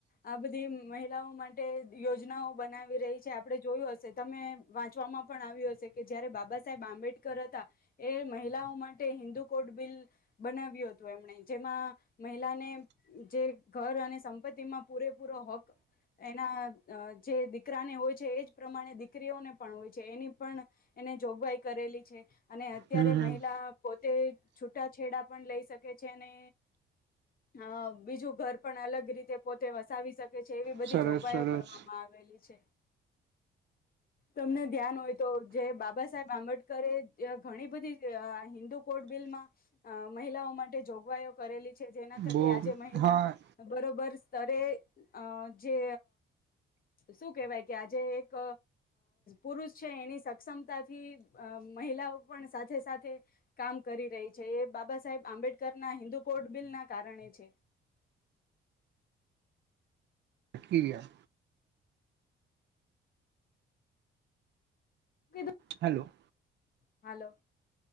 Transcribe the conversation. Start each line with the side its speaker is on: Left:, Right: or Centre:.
Left: આ બધી મહિલાઓ માટે યોજનાઓ બનાવી રહી છે આપડણે જોયું હશે તમે વાંચવામાં પણ આવ્યું હશે કે જયારે બાબા સાહેબ આંબેડકર હતા, એ મહિલાઓ માટે હિન્દુ કોડ બિલ, બનાવ્યું હતું એમણે જેમાં મહિલાને જે ઘર અને સંપત્તિમાં પૂરેપૂરો હક એના જે દીકરાને હોય છે એજ પ્રમાણે દીકરીઓને પણ હોય છે એની પણ, એને જોગવાઈ કરેલી છે. અને અત્યારે
Right: હમ હમ.
Left: મહિલા પોતે છૂટાછેડા પણ લઈ શકે છે અને હ બીજું ઘર પણ અલગ રીતે પોતે વસાવી શકે છે એવી બધી
Right: સરસ
Left: જોગવાઈઓ
Right: સરસ
Left: કરવામાં આવેલી છે. તમને ધ્યાન હોય તો જે બાબા સાહેબ આંબેડકરે ઘણી બધી હિન્દુ કોડ બિલમાં, મહિલાઓ માટે જોગવાઈઓ કરેલી જેના થકી
Right: બો
Left: આજે મહિલા
Right: હા
Left: બરોબર, સ્તરે અ જે શું કેહેવાય કે આજે એક પુરુષ છે એની સક્ષમતાથી મહિલાઓ પણ સાથે સાથે, કામ કરી રહી છે એ બાબા સાહેબ આંબેડકર ના હિન્દુ કોળ બિલના કારણે છે.
Right: લટકી ગિયા.
Left: કીધું
Right: હેલો.
Left: હાલો.